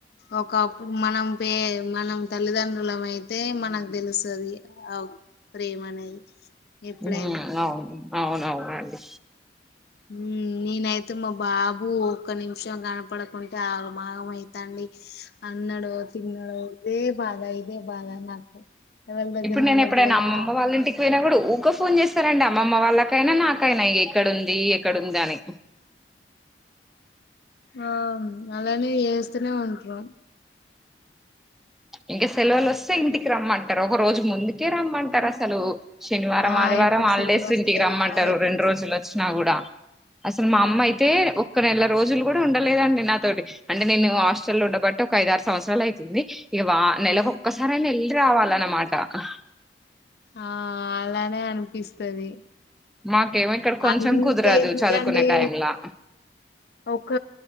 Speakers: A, on the left (about 60°); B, in the centre.
A: ఒకప్ప్ మనం పే మనం తల్లిదండ్రులం అయితే మనకు తెలుస్తుది ఆ ప్రేమ అనేది. ఎప్పుడైనా
B: మ్ అవును. అవునవునండి.
A: మ్ నేనైతే మా బాబు ఒక్క నిమిషం కనపడకుంటే ఆగమాగం అయితాండి. అన్నడో తిన్నాడో. ఇదే బాధ ఇదే బాధ నాకు. ఎవరి దగ్గర
B: ఇప్పుడు నేను
A: ఉన్నప్పుడు
B: ఎప్పుడైనా అమ్మమ్మ
A: మా
B: వాళ్ళ ఇంటికి పోయినా గూడ ఊక ఫోన్ చేస్తారండి అమ్మమ్మ వాళ్ళకైనా నాకైనా ఎక్కడుంది ఎక్కడుంది అని.
A: ఆ అలానే చేస్తూనే ఉంట్రు.
B: ఇంకా సెలవులు వస్తే ఇంటికి రమ్మంటారు ఒక రోజు ముందుకే రమ్మంటారు అసలు. శనివారం
A: ఆ
B: ఆదివారం
A: ఎప్పుడు
B: హాలిడేస్
A: సెలవులు వస్తాయా
B: ఇంటికి రమ్మంటారు
A: ఎప్పుడు
B: రెండు రోజులు వచ్చినా గూడ. అసలు మా అమ్మ అయితే ఒక్క నెల రోజులు గూడ ఉండలేదండి నాతోటి అంటే నేను హాస్టల్ లో ఉండబట్టి ఒక ఐదారు సంవత్సరాలు ఐతుంది. ఇగ వా నెలకో ఒకసారి అయినా వెళ్ళి రావాలన్నమాట. అహ్
A: ఆ అలానే అనిపిస్తది.
B: మాకేమో ఇక్కడ కొంచెం
A: అంతెందుకండి
B: కుదరదు చదువుకునే టైంలా
A: ఒక